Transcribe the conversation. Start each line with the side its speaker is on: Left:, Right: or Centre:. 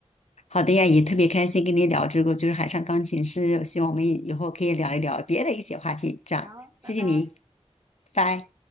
Left: 好的呀，也特别开心跟你聊这个，就是海上钢琴师，希望我们以以后可以聊一聊别的一些话题。这样，
Right: 好，拜拜。
Left: 谢谢你，拜。